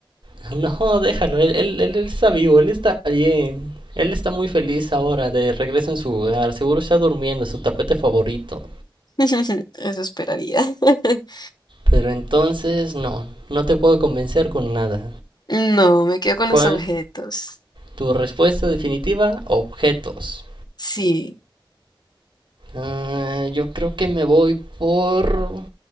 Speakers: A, on the right; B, on the left.
A: <laughs> no, déjalo, él, él, él está vivo, él está bien. Él está muy feliz ahora de regreso en su hogar, seguro está durmiendo en su tapete favorito.
B: <laughs> Eso esperaría. <laughs>
A: Pero entonces no, no te puedo convencer con nada.
B: No, me quedo con
A: ¿Cuál
B: los objetos.
A: tu respuesta definitiva? Objetos.
B: Sí.
A: Ah, yo creo que me voy por